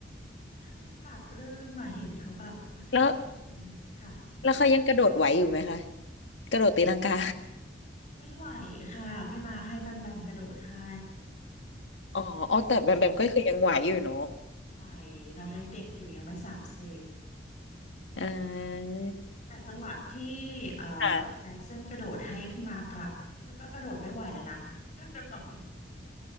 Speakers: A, on the left; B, on the left.
A: มันปลาบปลื้มมาเห็นเขาแบบโอ้ยทั้งเจ็ดคนค่ะ
B: แล้วแล้วเขายังกระโดดไหวอยู่ไหมคะกระโดดตีลังกา
A: ไม่ไหวค่ะพี่มาร์คให้แบมแบมกระโดดให้
B: อ๋ออ๋อ
A: ขนาด
B: แต่แบมแบมก็คือยังไหวอยู่เนาะ
A: ไหวน้องยังเด็กอยู่ยังไม่สามสิบ
B: อ่า
A: แต่จังหวะที่เอ่อ
B: ค่ะ
A: แจ็คสันกระโดดให้พี่มาร์กรับแล้วก็กระโดดไม่ไหวแล้วนะ <laughs> แบบ